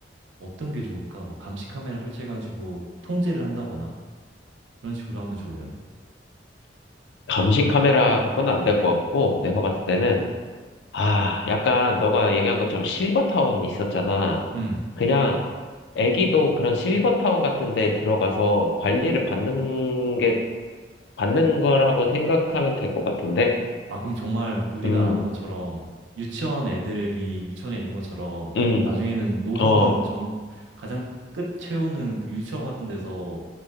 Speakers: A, on the right; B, on the left.
A: 어떤 게 좋을까? 뭐 감시 카메라 설치해가지고 통제를 한다거나 그런 식으로 하면 좋으려나?
B: 감시 카메라 갖고는 안 될 것 같고, 내가 봤을 때는, 아, 약간 너가 얘기한 것처럼 실버 타운 있었잖아.
A: 음.
B: 그냥 애기도 그런 실버 타운 같은 데 들어가서 관리를 받는 게, 받는 거라고 생각하면 될 것 같은데?
A: 아, 그럼 정말 우리가
B: 음,
A: 아는 것처럼 유치원 애들이 유치원에 있는 것처럼
B: 음,
A: 나중에는 노후는
B: 어.
A: 정, 가장 끝 채우는 그 유치원 같은 데서